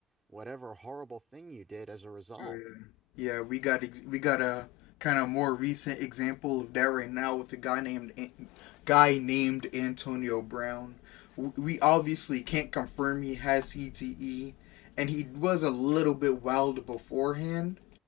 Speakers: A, on the right; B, on the left.
A: whatever horrible thing you did as a result.
B: Oh yeah. Yeah, we got ex- we got a kind of more recent example of that right now with a guy named An- guy named Antonio Brown. W- We obviously can't confirm he has CTE, and he was a little bit wild beforehand.